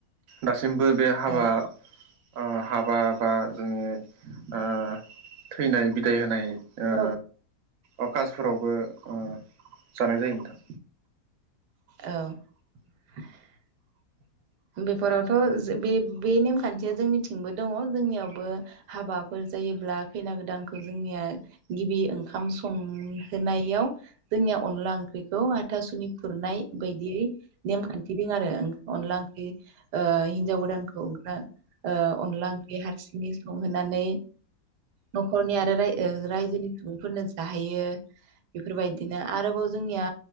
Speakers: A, on the right (about 60°); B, on the right (about 85°).
A: दास सिमबो बे हाबा
B: औ
A: ओ हाबा बा जोङो ओ थैनाय बिदाय होनाय ओ
B: औ
A: अ कासफोरावबो ओ जानाय जायो नोंथां
B: औ बेफोरावथ' ओ बे बे नेमखान्थिया जोंनिथिंबो दङ जोंनियावबो हाबाफोर जायोब्ला खैना गोदानखौ जोंनिया गिबि ओंखाम संहोनायाव जोंनिया अनला ओंख्रिखौ हाथासुनि खुरनाय बायदियै नेमखान्थि दं आरो अनला ओंख्रै ख्रि ओ हिन्जाव गोदानखौ ओंख्रा ओ अनला ओंख्रि हारसिङै संहोनानै न'खरनि आरो राय ओ रायजोनि सुबुंफोरनो जाहैयो बेफोरबायदिनो आरोबाव जोंनिया